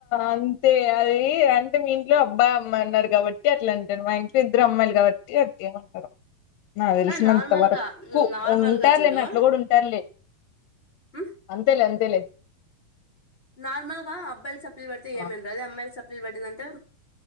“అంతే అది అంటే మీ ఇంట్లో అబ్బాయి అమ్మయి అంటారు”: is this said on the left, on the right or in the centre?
Left